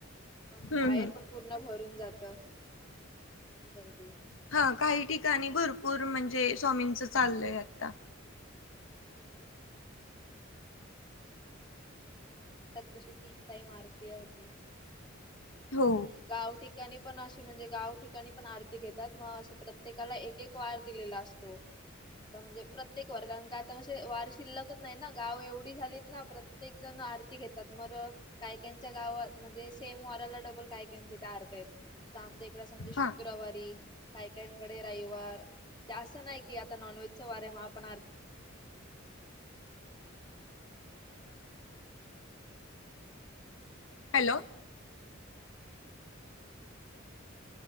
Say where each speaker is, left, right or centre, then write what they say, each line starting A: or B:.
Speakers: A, on the left; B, on the left.
A: पण
B: हम्म
A: बाहेर
B: हम्म
A: पण पूर्ण भरून जाता थोडी गर्दी
B: हा काही ठिकाणी भरपूर म्हणजे स्वामींच चालले आता.
A: हा. आमच्या इकडे मस्त म्हणजे आरती पण असते मठात तशी तीन टाईम आरती होते.
B: हो
A: आणि गावटिक ठिकाणी पण अशी म्हणजे गाव ठिकाणी पण आरती घेतात मग असे प्रत्येकाला एक वार दिलेला असतो. <unintelligible> म्हणजे प्रत्येक वार कारण का आता असे वार शिल्लकच नाही ना गाव एवढी झालीत ना प्रत्येक जण आरती घेतात मर कायक्यांच्या गावात म्हणजे सेम वाराला डबल कायक्यांची त्या आरती आहेतमजे म्हणजे शुक्रवारी
B: हा
A: काय कांकडे रविवार म्हणजे असं नाही की आता नॉनव्हेज. उत् सवारे माहापणारथ
B: हॅलो.